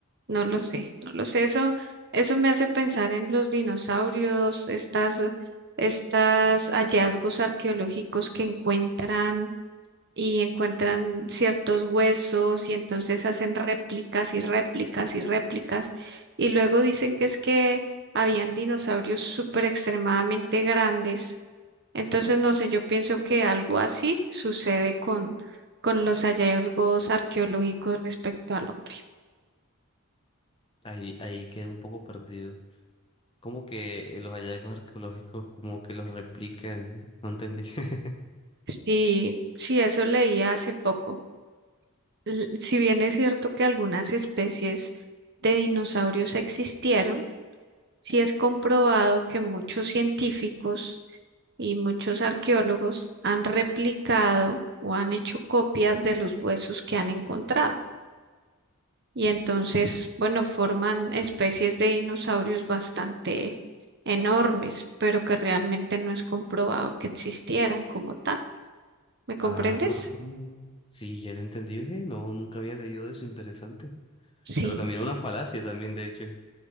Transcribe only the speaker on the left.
Ahí, ahí quedé un poco perdido. Como que eh, los hallazgos arqueológicos como que los replican, no entendí. <laughs>
Ah, mm, sí, ya te entendí, ve, No, nunca había leído eso, interesante.
Pero también era una falacia también, de hecho. O